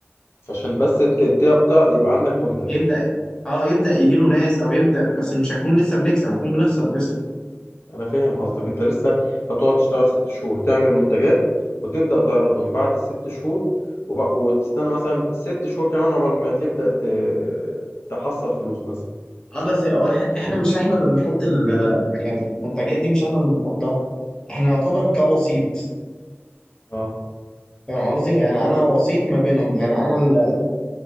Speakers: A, on the left; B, on the left.
A: عشان بس ت- ت- ت- يبقى عندك منتج
B: يبدأ اه يبدأ يجيله ناس او يبدأ بس مش هكون لسه بنكسب هكون بنخسر بس
A: أنا فاهم قصدك أنت لسه هتقعد تشتغل ست شهور تعمل منتجات وتبدأ تعرضهم بعد الست شهور وبق- وتستنى مثلا ست شهور كمان عقبال ما تبدأ ت- تحصل فلوس مثلا
B: اه بس هو إح- احنا مش احنا اللي بنحط ال يعني المنتجات دي مش احنا اللي بنحطها احنا
A: مم.
B: نعتبر كوسيط
A: اه
B: فاهم قصدي يعني انا وسيط ما بينهم يعني انا ال-